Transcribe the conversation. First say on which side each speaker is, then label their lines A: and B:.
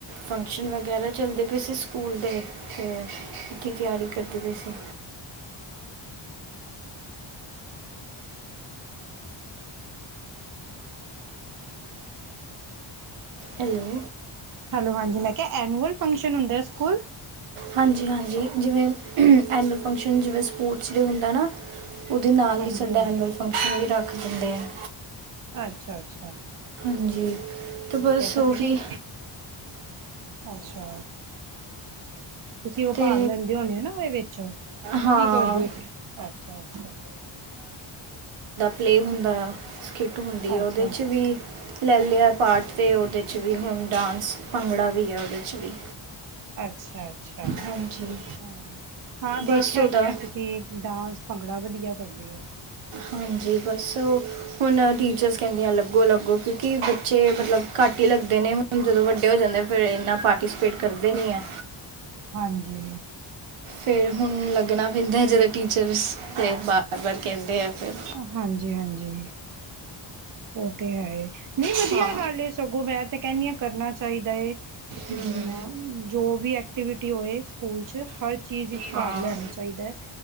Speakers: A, on the right (about 80°); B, on the right (about 40°).
A: ਫੰਕਸ਼ਨ ਵਗੈਰਾ ਚੱਲਦੇ ਪਏ ਸੀ ਸਕੂਲ ਦੇ, ਤੇ ਅੱਗੇ ਦੀ ਤਿਆਰੀ ਕਰਦੀ ਪਈ ਸੀ। ਹੈਲੋ
B: ਹੈਲੋ ਹਾਂਜੀ ਮੈਂ ਕਿਹਾ ਐਨੂਲ ਫੰਕਸ਼ਨ ਹੁੰਦਾ ਸਕੂਲ
A: ਹਾਂਜੀ ਹਾਂਜੀ ਜਿਵੇਂ ਐਨੂਅਲ ਫੰਕਸ਼ਨ ਜਿਵੇਂ ਸਪੋਰਟਸ ਡ ਹੁੰਦਾ ਨਾ ਉਹਦੇ ਨਾਲ
B: ਹਾਂਜੀ
A: ਹੀ ਸਾਡਾ
B: ਹਾਂਜੀ
A: ਐਨੂਅਲ ਫੰਕਸ਼ਨ ਵੀ ਰੱਖ ਦਿੰਦੇ ਹੈ
B: ਅੱਛਾ ਅੱਛਾ
A: ਹਾਂਜੀ
B: ਠੀਕ
A: ਤੇ ਬਸ
B: ਹੈ ਅੱਛਾ
A: ਉਓਹੀ
B: ਤੁਸੀਂ ਅੱਛਾ ਤੁਸੀਂ ਉਹ
A: ਤੇ
B: ਭਾਵ ਲੈਂਦੇ ਹੋਦੇ ਹੋ ਨਾ ਉਹਦੇ ਵਿੱਚ
A: ਹਾਂ
B: ਕੀ ਕਰਦੇ ਹੋ ਤੁਂ ਅੱਛਾ ਅੱਛਾ
A: ਪਲੇਅ ਹੁੰਦਾ ਆ ਕਿੱਟ ਹੁੰਦੀ ਆ
B: ਅੱਛਾ
A: ਉਹਦੇ 'ਚ ਵੀ ਲੈ ਲਿਆ ਪਾਠ ਅਤੇ ਉਹਦੇ 'ਚ ਵੀ ਹੁਣ ਡਾਂਸ ਭੰਗੜਾ ਵੀ ਹੈ ਉਹਦੇ 'ਚ ਵੀ
B: ਅ ਅ ਹਾਂ
A: ਹਾਂਜੀ
B: ਹਾਂ ਦੇਖਿਆਦਾ
A: ਬਸ ਉਹਦਾ
B: ਮੈਂ ਤੁਸੀਂ ਡਾਂਸ ਭੰਗੜਾ ਵਧੀਆ ਕਰਦੇਓ
A: ਹਾਂਜੀ ਬਸ ਹੁਣ ਟੀਚਰਸ ਕਹਿੰਦੀਆਂ ਅਲੱਗੋ ਅਲੱਗੋ ਕਿਉਂਕਿ ਬੱਚੇ ਮਤਲਬ ਘੱਟ ਹੀ ਲੱਗਦੇ ਨੇ ਹੁਣ ਜਦੋਂ ਵੱਡੇ ਹੋ ਜਾਂਦੇ ਫਿਰ ਇੰਨਾ ਪਾਰਟੀਸਪੇਟ ਕਰਦੇ ਨਹੀਂ ਹੈ
B: ਹਾਂਜੀ
A: ਫਿਰ ਹੁਣ ਲੱਗਣਾ ਪੈਂਦਾ ਜਦੋਂ ਟੀਚਰਸ ਅਤੇ ਬਾਰ ਬਾਰ ਕਹਿੰਦੇ ਆ ਫਿਰ
B: ਹਾਂਜੀ ਹਾਂਜੀ ਉਹ ਤੇ ਹੈਏ ਨਹੀਂ ਵਧੀਆ
A: ਹਾਂ
B: ਗੱਲ ਇਹ ਸਗੋਂ ਮੈਂ ਤੇ ਕੈਹਂਨੀ ਹਾਂ ਕਰਨਾ ਚਾਹੀਦਾ ਏ ਬੱਚੇ
A: ਹੂੰ
B: ਜਿੰਨਾ ਜੋ ਵੀ ਐਕਟੀਵਿਟੀ ਹੋਏ ਸਕੂਲ ਚ ਹਰ ਚੀਜ਼ ਵਿੱਚ
A: ਹਾਂ
B: ਭਾਗ ਲੈਨਾ ਚਾਹੀਦਾ ਹੈ